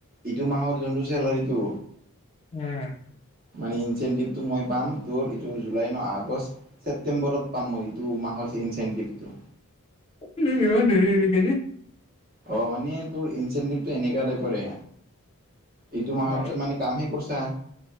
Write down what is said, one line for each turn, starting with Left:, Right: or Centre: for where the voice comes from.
Right: ইটো মাহৰ যোনটো চেলাৰীটো?
Left: উম।
Right: মানে ইনচেনটিভটো মই পাম তোৰ এইটো জুলাই ন? আগষ্ট, ছেপ্তেম্বৰত পাম মই। টো মাহৰ ইনচেনটিভটো।
Left: কি ইমান দেৰিকে যে?
Right: অ মানে তোৰ ইনচেনটিভটো এনেকুৱা টাইপৰে। এইটো মাহতে
Left: অ
Right: মানে কামহে কৰিছা